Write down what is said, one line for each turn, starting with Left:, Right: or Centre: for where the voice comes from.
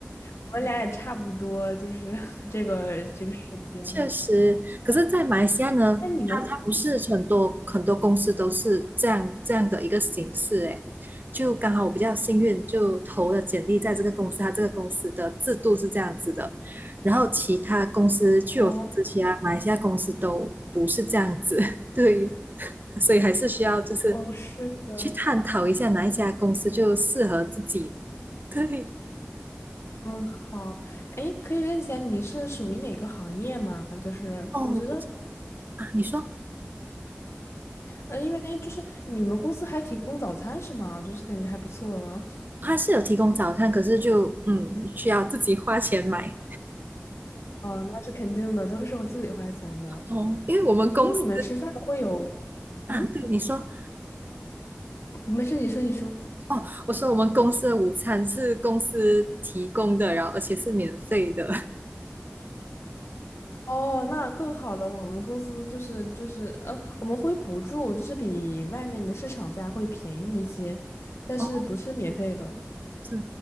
Left: 我们俩也差不多，就是 <laughs> 这个这个时间。
Right: 确实，可是，在马来西亚呢，
Left: 那你们
Right: 它它不是很多很多公司都是这样这样的一个形式，诶，就刚好我比较幸运，就投了简历在这个公司，它这个公司的制度是这样子的，然后其他公司据我所知，
Left: 哦
Right: 其他马来西亚公司都不是这样子，<laughs> 对，所以还是需要就是
Left: 哦，是的，
Right: 去探讨一下哪一家公司就适合自己，对，
Left: 嗯，好，哎，可以问一下你是属于哪个行业吗？就是我觉得
Right: 哦啊，你说
Left: 呃，因为就是你们公司还提供早餐是吗？就是感觉还不错了。
Right: 它是有提供早餐，可是就嗯需要自己花钱买
Left: 哦，那是肯定的，都是我自己花钱的。
Right: 哦，因为我们公司
Left: 诶，那你们吃饭会有？
Right: 啊，
Left: 嗯，
Right: 对你说
Left: 不没事，你说，你说。
Right: 哦，我说我们公司的午餐是公司提供的，然后而且是免费的
Left: 哦，那更好了。我们公司就是就是呃，我们会补助，就是比外面的市场价会便宜一些，但是不是免费的。
Right: 哦，对，